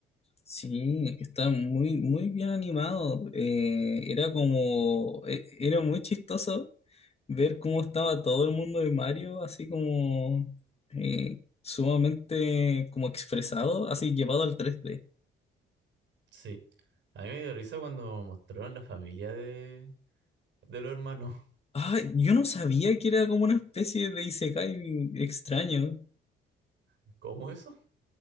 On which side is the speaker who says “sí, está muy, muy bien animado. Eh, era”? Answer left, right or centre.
Left